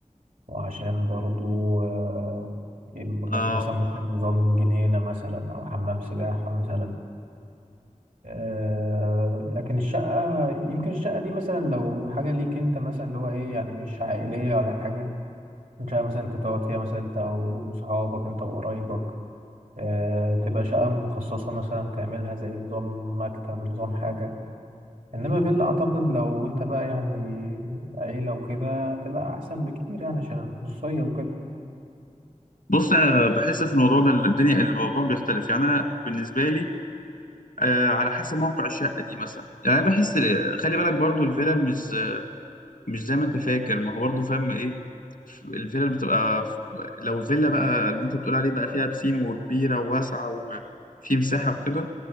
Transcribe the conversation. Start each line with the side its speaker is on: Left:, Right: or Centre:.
Right: وعشان برضو آه، يبقى
Left: آه
Right: في مثلا ممكن
Left: آه.
Right: نظام جنينه مثلا او حمام سباحه مثلا آه، لكن الشقة يمكن الشقة دي مثلا لو حاجة ليك انت مثلا اللي هو ايه يعني مش عائلية ولا حاجة شقة مثلا انت تقعد فيها مثلا انت وصحابك انت وقرايبك آه، تبقى شقة مخصصة مثلا تعملها زي نظام مكتب نظام حاجة انما فيلا اعتقد لو انت بقى يعني عيلة وكده تبقى احسن بكتير يعني عشان الخصوصية وكده
Left: بص أنا بحس في الموضوع ده الدنيا الموضوع بيختلف يعني أنا بالنسبة لي آه على حسب موقع الشقة دي مثلا يعني أنا بحس خلي بالك برضو الفيلا مش مش زي ما انت فاكر ما هو برضه فاهم ايه ف- الفيلا اللي بتبقى ف- لو الفيلا بقى اللي انت بتقول عليه بقى فيها بسين وكبيرة وواسعة وفي مساحة وكده